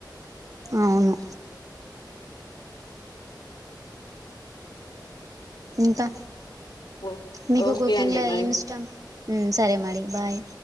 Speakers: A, on the right (about 50°); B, on the left (about 80°).
A: అవును ఇంకా
B: ఓ
A: మీకు
B: ఓకే
A: కుకింగ్లో
B: అండి మరి
A: ఏమి ఇష్టం ఉమ్ సరే మరీ బాయ్